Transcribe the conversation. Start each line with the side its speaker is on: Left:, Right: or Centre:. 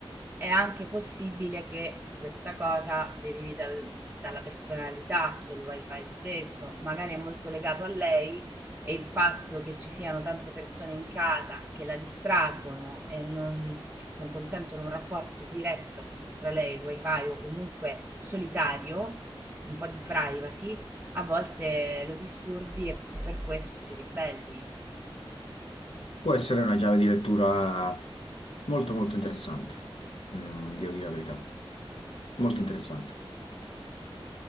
Right: È anche possibile che questa cosa derivi dal- dalla personalità del wifi stesso, magari è molto legato a lei e il fatto che ci siano tante persone in casa che la distraggono e non, non consentono un rapporto diretto tra lei e il wifi o comunque solitario, un po' di privacy, a volte lo disturbi e per questo si ribelli.
Left: può essere una chiave di lettura molto molto interessante, mm, devo dire la verità, molto interessante.